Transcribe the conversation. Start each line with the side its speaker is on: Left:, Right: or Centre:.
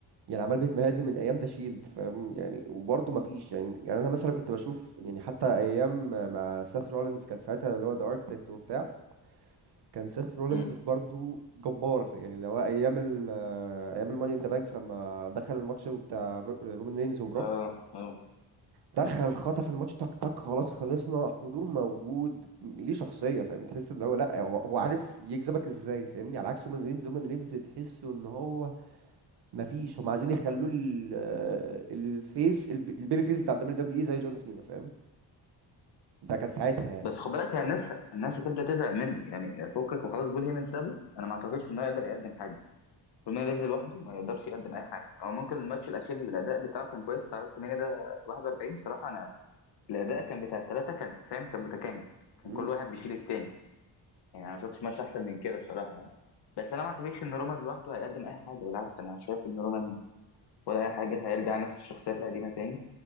Right: يعني عمال بيتمهد له من ايام ذا شيلد فاهم يعني وبرضه ما فيش يعني يعني انا مثلا كنت بشوف يعني حتى ايام مع سيث رولينز كان ساعتها اللي هو ذا اركتكت وبتاع كان سيث رولينز
Left: مم.
Right: برضه جبار يعني اللي هو ايام ال آه، ايام الماني ان ذا بانك لما دخل الماتش بتاع برو- رومان رينز وبروك
Left: اه اه
Right: دخل خطف الماتش تك تك خلاص خلصنا حضور موجود ليه شخصية فاهم تحس ان هو لا هو, هو عارف يجذبك ازاي فاهمني على عكس هومان ريدز هومان ريدز تحسه ان هو مفيش هم عايزين يخلوه ال- آه، الفيس الب- البيبي فيس بتاع الدبليو دبليو اي زي جون سينا فاهم ده كان ساعتها يعني
Left: بس خد بالك هي الناس الناس هتبدا تزهق منه يعني فكك وخلاص بول هيمن سابه انا ما اعتقدش انه يقدر يقدم حاجه طول ما ينزل لوحده ما يقدرش يقدم اي حاجه هو ممكن الماتش الاخير الاداء بتاعه كان كويس بتاع بس المانيا ده 41 صراحه انا الاداء كان بتاع الثلاثه كان فاهم كان متكامل كان
Right: امم
Left: كل واحد بيشيل التاني يعني انا ما شفتش ماتش احسن من كده بصراحه يعني بس انا ما اعتقدش ان رومان لوحده هيقدم اي حاجه بالعكس انا شايف ان رومان ولا اي حاجه هيرجع نفس الشخصيات القديمه تاني